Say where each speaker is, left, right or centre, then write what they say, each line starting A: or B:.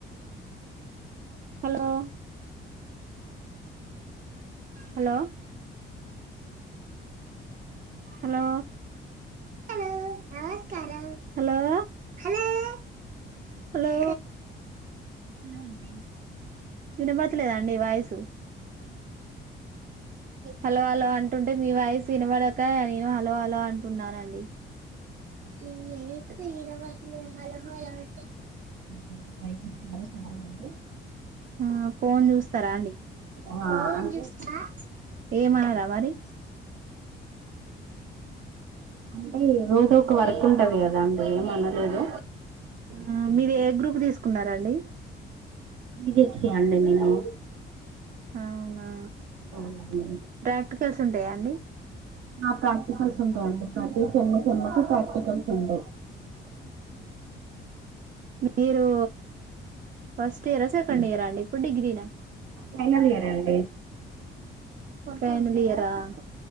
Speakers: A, on the right; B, on the right.
A: hello hello hello హలోమ హలో హలో
B: హలో అండి
A: వినపడుతలేదండి వాయిసు హలో హలో అంటుంటే మీ వాయిస్ వినపడ నేను హలో అలో అంటున్నానండి ఈ ఇరోబకి భాల అ
B: అందుకే పైకచ్చినారు చాలా మంది
A: ఆ ఫోన్ చూస్తారా అండి
B: ఆ
A: ఫోన్
B: అంటే
A: చూస్త ఏమన్నారా మరి
B: అంటే రోజో ఒక వర్క్ ఉంటది కదా అండి ఏమనలేదు
A: ఆ మీదే గ్రూపు తీసుకున్నారాండి
B: బిజెడ్ సి అండీ నేను
A: అవునా
B: అవునండి
A: ప్రాక్టికల్స్ ఉ టే యండి
B: ఆ ప్రాక్టికల్స్ ఉంటాయండి అదే సేమ్మ్ సేమ్మ్ కు ప్రాక్టికల్ ఉంట
A: మీరు ఫస్ట్ ఇయర్ సెకండ్ ఇయర్ అండి డిగ్రీ నా
B: ఫైనల్ ఇయర్ అండి
A: ఫైనల్ ఇయర్ ఆహ్